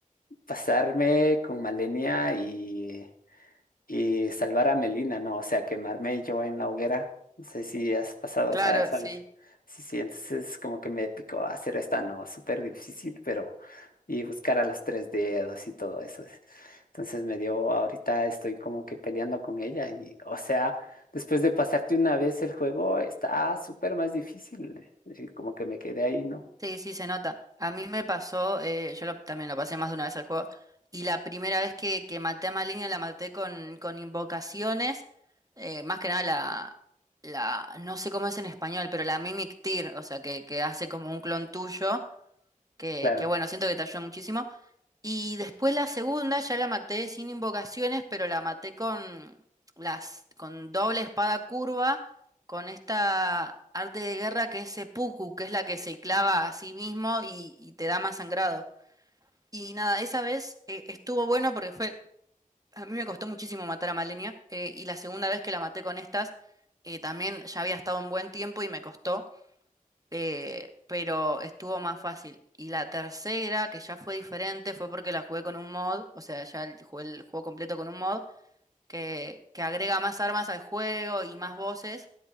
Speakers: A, on the left (about 85°); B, on the right (about 25°).
A: pasarme con Malenia y y salvar a Melina, ¿no? O sea, quemarme yo en la hoguera. No sé si has pasado
B: Claro,
A: esa, esa.
B: sí.
A: vez. Sí, sí, entonces como que me picó hacer esta, no, súper difícil, pero y buscar a los tres dedos y todo eso. Entonces me dio, ahorita estoy como que peleando con ella y, o sea, después de pasarte una vez el juego, está súper más difícil. eh, Como que me quedé ahí, ¿no?
B: Sí, sí, se nota. A mí me pasó, eh, yo lo- también lo pasé más de una vez al juego, y la primera vez que, que maté a Maligna la maté con, con invocaciones, eh, más que nada la, la, no sé cómo es en español, pero la Mimic Tear, o sea, que, que hace como un clon tuyo, que,
A: Claro.
B: que bueno, siento que te ayuda muchísimo. Y después la segunda ya la maté sin invocaciones, pero la maté con las con doble espada curva, con esta arte de guerra que es seppuku, que es la que se clava a sí mismo y, y te da más sangrado. Y nada, esa vez eh, estuvo bueno porque fue a mí me costó muchísimo matar a Malenia eh, y la segunda vez que la maté con estas eh, también ya había estado un buen tiempo y me costó eh, pero estuvo más fácil. Y la tercera, que ya fue diferente, fue porque la jugué con un mod, o sea, ya el- jugué el juego completo con un mod, que, que agrega más armas al juego y más voces.